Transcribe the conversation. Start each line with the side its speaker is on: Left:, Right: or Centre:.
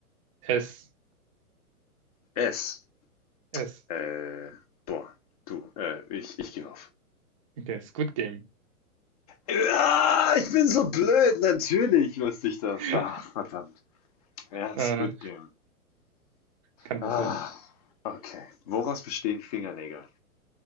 Right: S.
Left: Es.
Right: S.
Left: Äh, boah, du, äh, ich, ich gebe auf.
Right: Okay, Squid Game.
Left: Ja, ich bin so blöd, natürlich wusste ich das.
Right: <laughs>
Left: Ach, verdammt. Ja,
Right: äh,
Left: Squid Game.
Right: kann
Left: Ah,
Right: passieren.
Left: okay. Woraus bestehen Fingernägel?